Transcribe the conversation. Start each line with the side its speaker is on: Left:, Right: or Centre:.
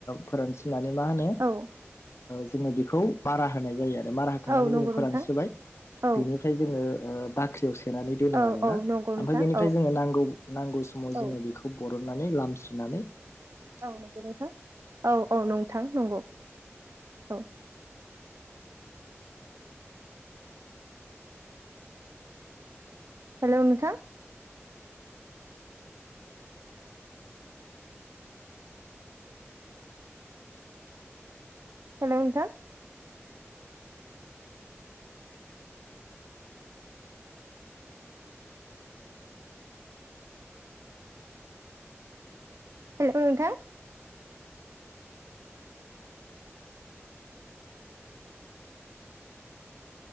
Left: फोरानस्रिनानै मा होनो
Right: औ
Left: जोङो बेखौ मारा होनाय जायो। आरो मारा होखांनानै
Right: औ नंगौ
Left: जोङो फोरानस्राय
Right: नोंथां औ
Left: बेनिफ्राय जोङो बाख्रियाव सोनानै दोनो
Right: औ
Left: आरोना
Right: औ नंगौ नोंथां
Left: ओमफ्राय बिनिफ्राय
Right: औ
Left: जोंड़ो नांगौ-नांगौ समाव
Right: औ
Left: जों बेखौ बारननानै लाम सुनानै
Right: औ नंगौ नोंथां औ- औ नोंथां नंगौ औ। हेल नोंथां। हेल' नोंथां। हेल' नोंथां।